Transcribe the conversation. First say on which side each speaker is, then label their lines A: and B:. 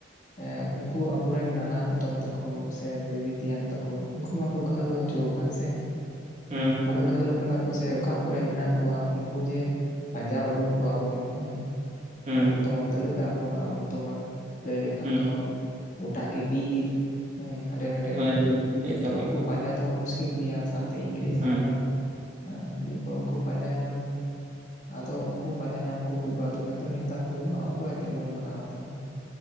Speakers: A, on the left; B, on the right.
A: ᱦᱮᱸ, ᱩᱝᱠᱩ ᱟᱵᱩᱨᱮᱱ ᱱᱟᱱᱟ ᱦᱟᱛᱚᱢ ᱛᱟᱠᱚ ᱥᱮ ᱫᱤᱫᱤ ᱛᱤᱭᱟᱝ ᱛᱟᱠᱳ ᱩᱝᱠᱩ ᱢᱟᱠᱚ ᱜᱷᱟᱹᱞ ᱦᱚᱪᱚ ᱟᱠᱟᱱ ᱥᱮ,
B: ᱦᱩᱸ
A: ᱟᱫᱚ ᱜᱷᱟᱹᱞ ᱟᱠᱟᱱᱟ ᱠᱚ ᱥᱮ ᱚᱠᱟ ᱠᱚᱨᱮ ᱢᱮᱱᱟᱜ ᱠᱚᱣᱟ ᱩᱝᱠᱩ ᱡᱮ ᱯᱟᱸᱡᱟ ᱩᱰᱩᱝ ᱠᱚᱣᱟ ᱵᱚᱱ ᱦᱮᱸ᱾
B: ᱦᱩᱸ
A: ᱩᱱ ᱚᱠᱛᱚ ᱢᱟ ᱫᱟᱹᱲ ᱠᱟᱼᱟ ᱵᱚᱱ ᱩᱱ ᱛᱮᱢᱟ ᱞᱟᱹᱭ ᱞᱮᱠᱷᱟᱱ
B: ᱦᱩᱸ
A: ᱫᱚ ᱜᱚᱴᱟ ᱜᱮ ᱵᱤᱨ ᱦᱮᱸ ᱦᱟᱸᱰᱮ ᱱᱟᱸᱰᱮ᱾
B: ᱦᱳᱭ ᱦᱳᱭ ᱮᱠᱫᱚᱢ
A: ᱛᱚ ᱩᱝᱠᱩ
B: ᱮᱠᱫᱚᱢ
A: ᱯᱟᱸᱡᱟ ᱫᱚ ᱢᱩᱥᱠᱤᱞ ᱜᱮᱭᱟ ᱥᱟᱶᱛᱮ ᱤᱝᱨᱮᱡᱽ
B: ᱦᱩᱸ
A: ᱟᱢᱚᱞ ᱦᱮᱸ ᱫᱤᱭᱮᱯᱚᱨ ᱩᱝᱠᱩ ᱯᱚᱸᱡᱟ ᱧᱟᱢ ᱟᱫᱚ ᱩᱝᱠᱩ ᱯᱟᱸᱡᱟ ᱧᱟᱢ ᱠᱚ ᱦᱩᱭᱩᱜᱼᱟ ᱛᱚᱵᱮ ᱛᱚ ᱱᱮᱣᱛᱟ ᱠᱚ ᱦᱩᱭᱩᱜᱼᱟ, ᱚᱠᱚᱭ ᱟᱛᱮᱜ ᱵᱚᱱ ᱢᱟᱱᱟᱣᱟ ᱛᱟᱦᱚᱞᱮ?